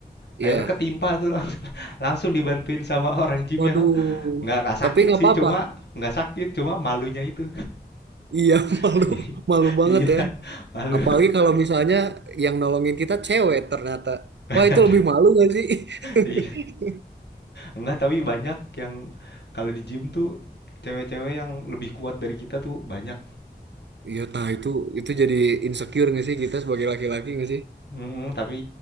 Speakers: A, on the right; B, on the left.
A: Iya,
B: Akhirnya ketimpa tuh langsung, <laughs> langsung dibantuin sama orang gymnya.
A: waduh,
B: Nggak nggak
A: tapi
B: sakit
A: nggak
B: sih,
A: apa-apa.
B: cuma nggak sakit, cuma malunya itu.
A: Iya, <laughs>
B: <laughs>
A: malu, malu banget
B: Iya,
A: ya.
B: malu.
A: Apalagi kalau misalnya yang nolongin kita cewek ternyata.
B: <laughs>
A: Wah, itu
B: Aduh,
A: lebih malu gak sih?
B: iya.
A: <laughs>
B: Enggak, tapi banyak yang kalau di gym tuh cewek-cewek yang lebih kuat dari kita tuh banyak.
A: Iya, nah itu itu jadi insecure gak sih kita sebagai laki-laki gak sih?
B: Mm, tapi